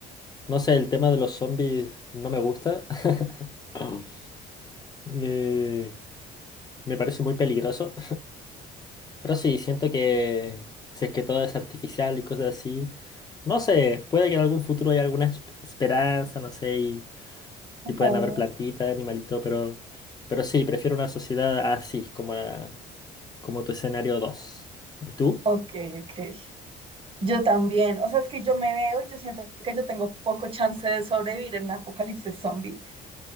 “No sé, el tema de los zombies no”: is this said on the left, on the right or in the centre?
Left